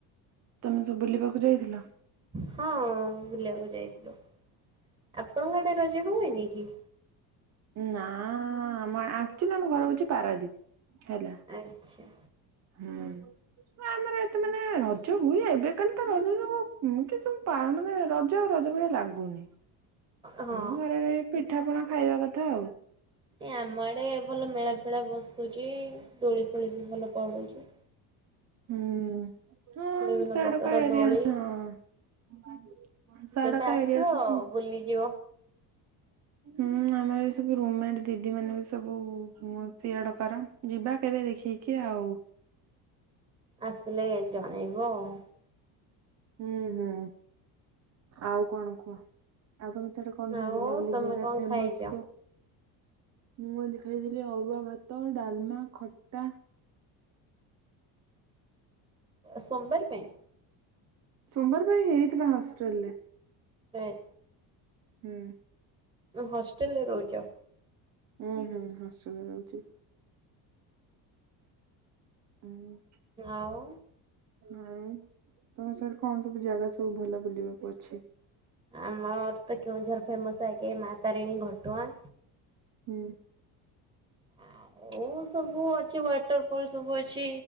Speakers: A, on the right; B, on the right.
A: ତୁମେ ସବୁ ବୁଲିବାକୁ ଯାଇଥିଲ?
B: ହଁ ବୁଲିବାକୁ ଯାଇଥିଲୁ। ଆପଣଙ୍କ ଆଡେ ରଜ ହୁଏନି କି?
A: ନା ଆ ଆକଚୁଆଲି ଆମ ଘର ହଉଛି ପାରାଦୀପ ହେଲା।
B: ଆଚ୍ଛା।
A: ହୁଁ। ଆମର ଏତେ ମାନେ ରଜ ହୁଏ ଏବେ କାଲି ତ ରଜ ସବୁ କି ସବୁ ପାଳନ ମାନେ ରଜ ରଜ ଆଉ ରଜ ଭଳିଆ ଲାଗୁନି।
B: <inaudible> ହଁ।
A: ନ ଘରେ ରହିକି ପିଠା ପଣା ଖାଇବା କଥା ଆଉ।
B: ଏ ଆମ ଆଡେ ଭଲ ମେଳା ଫେଳା ବସୁଛି। ଦୋଳି ଫୋଳି ବି ଭଲ ପଡୁଛି।
A: ହୁଁ ହଁ
B: ବିଭିନ୍ନ
A: ସିଆଡକ
B: ପ୍ରକାର
A: ଏରିଆ
B: ଦୋଳି
A: ହଁ। ସିଆଡକା
B: କେବେ ଆସ
A: ଏରିଆ ସବୁ।
B: ବୁଲିଯିବ।
A: ହୁଁ ଆମର ଏ ସବୁ ରୁମମେଟ ଦିଦି ମାନେ ବି ସବୁ ସିଆଡ଼ କାର ଯିବା କେବେ ଦେଖକି ଆଉ।
B: ଆସିଲେ ଜଣେଇବ ଆଉ।
A: ହୁଁ ହୁଁ ଆଉ କଣ କୁହ ଆଉ ତମେ ସେଟ କଣ ସବୁ
B: ଆଉ
A: ବୁଲା ବୁଲି
B: ତମେ
A: ଜାଗା
B: କଣ
A: ଫେମସ
B: ଖାଇଛ?
A: କୁ ମୁଁ ଆଜି ଖାଇଥିଲି ଅରୁଆ ଭାତ, ଡାଲମା, ଖଟା।
B: ସୋମବାର ପାଇଁ
A: ସୋମବାର ପାଇଁ ହେଇଥିଲା ହଷ୍ଟେଲ ରେ
B: ଆଁ।
A: ହୁଁ।
B: ହଷ୍ଟେଲରେ ରହୁଛ?
A: ଅଁ, ହଁ, ହଁ, ଶୁଣାଯାଉଛି। ଅଁ,
B: ଆଉ
A: ଆଇ ତୋମ ସେଇଠି କଣ ସବୁ ଜାଗା ସବୁ ଭଲ ବୁଲିବାକୁ ଅଛି।
B: ଆମର ତ କେଉଁଝର ଫେମସ୍ ଆଗେ ମା ତାରିଣୀ ଘଟୁଆଁ।
A: ହୁଁ।
B: ଆଉ ସବୁ ଅଛି ୱାଟର୍ ଫଲ୍ ସବୁ ଅଛି।